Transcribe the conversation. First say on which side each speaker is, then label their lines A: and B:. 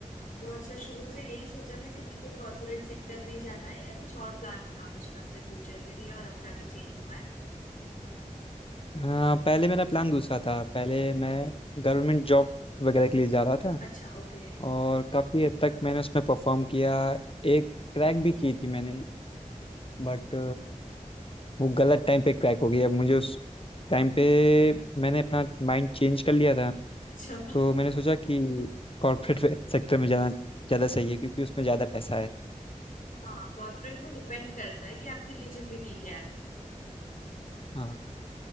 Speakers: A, on the left; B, on the left.
A: तो अच्छा शुरू से यही सोचा था कि बिल्कुल कॉर्पोरेट सेक्टर में ही जाना है या कुछ और प्लान था बचपन से फ्यूचर के लिए और अब जाके चेंज हुआ है
B: हाँ पहले मेरा प्लान दूसरा था पहले मैं गवर्नमेंट जॉब वगैरह के लिए जा रहा था
A: अच्छा ओके
B: और काफ़ी हद तक मैंने उसमें परफॉर्म किया एक क्रैक भी की थी मैंने बट वो गलत टाइम पे क्रैक हो गई अब मुझे उस टाइम पे मैंने अपना माइंड चेंज कर लिया था
A: अच्छा <laughs>
B: तो मैंने सोचा कि कॉर्पोरेट सेक्टर में जाना ज़्यादा सही है क्योंकि उसमें ज़्यादा पैसा है
A: हाँ कॉर्पोरेट में डिपेंड करता है कि आपकी एलिजिबिलिटी क्या है
B: हाँ